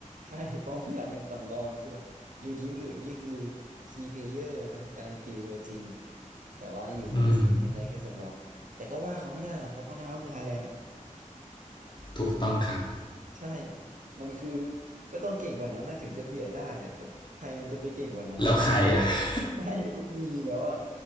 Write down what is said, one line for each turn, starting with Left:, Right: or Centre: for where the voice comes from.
Right: ใช่ <laughs> เพราะไม่อยากเป็นสำรองคือแบบอยู่ทีมอื่นนี่คือคีย์เพลเยอร์เลยนะการันตีตัวจริงแต่ว่าอยู่แมนซีเป็นได้แค่สำรองแต่ก็ว่าเขาไม่ได้หรอกเพราะกองหน้าเขาคือฮาแลนด์อะ
Left: อืมถูกต้องครับ
Right: ใช่มันคือก็ต้องเก่งกว่านั้นนะถึงจะเบียดได้อะแล้วใครมันจะไปเก่งกว่านั้นนะ
Left: แล้วใครอ่ะ
Right: ใช่ <laughs> ไม่มีแล้วอ่ะ